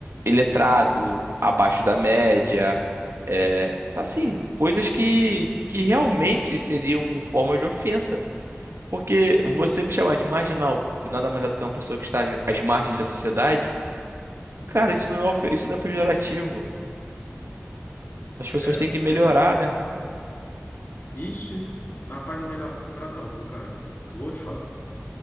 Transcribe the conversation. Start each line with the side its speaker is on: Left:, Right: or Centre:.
Right: iletrado, abaixo da média, é, assim, coisas que, que realmente seriam forma de ofensa. Porque você me chamar de marginal, que nada mais é do que uma pessoa que está às margens da sociedade, cara, isso não é, ofe- isso não é pejorativo. As pessoas
Left: É,
Right: têm que melhorar,
Left: é.
Right: né?
Left: Ixi, rapaz, não melhora não, viu, cara? Vou te falar,